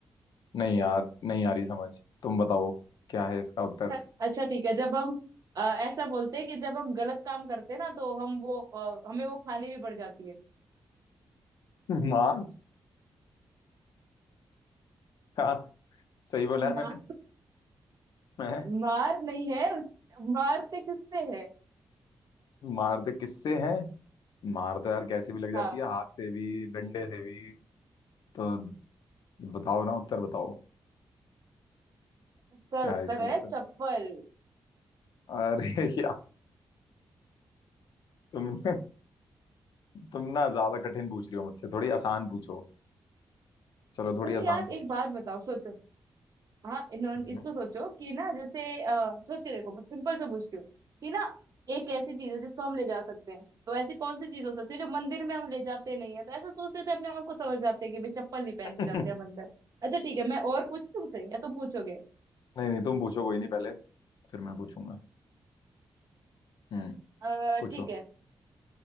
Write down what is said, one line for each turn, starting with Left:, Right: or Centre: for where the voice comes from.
Left: नहीं यार नहीं आ रही समझ तुम बताओ क्या है इसका उत्तर
Right: अच्छा अच्छा ठीक है जब हम अ, ऐसा बोलते हैं कि जब हम गलत काम करते हैं ना तो हम वो अ, हमें वो खानी भी पड़ जाती है
Left: <laughs> मार हाँ सही बोला
Right: मार
Left: है मैंने मैं
Right: मार नहीं है उस, मारते किससे है
Left: मार तो किससे है मार तो यार कैसे भी लग जाती
Right: हाँ
Left: है हाथ से भी डंडे से भी तो बताओ ना उत्तर बताओ
Right: उसका
Left: क्या
Right: उत्तर
Left: है इसका
Right: है
Left: उत्तर
Right: चप्पल
Left: अरे <laughs> यार तुम तुम ना ज्यादा कठिन पूछ रही हो मुझसे थोड़ी आसान पूछो चलो थोड़ी
Right: अरे
Left: आसान
Right: यार
Left: सी
Right: एक
Left: पूछो
Right: बात बताओ सोचो हाँ इन्होंने
Left: हम्म।
Right: इसको सोचो कि ना जैसे अ, सोच के देखो बस सिंपल से पूछती हूँ कि ना एक ऐसी चीज है जिसको हम ले जा सकते हैं तो ऐसी कौन सी चीज हो सकती है जो मंदिर में हम ले जाते नहीं है तो ऐसा सोच रहे थे अपने आप को समझ जाते हैं कि भाई चप्पल नहीं पहन
Left: <laughs>
Right: के जाते हम अंदर अच्छा ठीक है मैं और पूछूं तुमसे या तुम पूछोगे
Left: नहीं नहीं तुम पूछो कोई नहीं पहले फिर मैं पूछूंगा हम्म
Right: अ,
Left: पूछो
Right: ठीक है